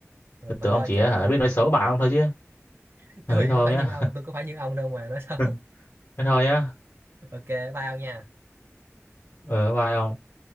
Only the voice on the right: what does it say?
Ừ,
mà
thôi
chắc
tôi
<laughs>
tôi
nó
phải
như ông tôi cũng phải như ông đâu mà nói xấu
<laughs> ok bye ông nha
Ừ.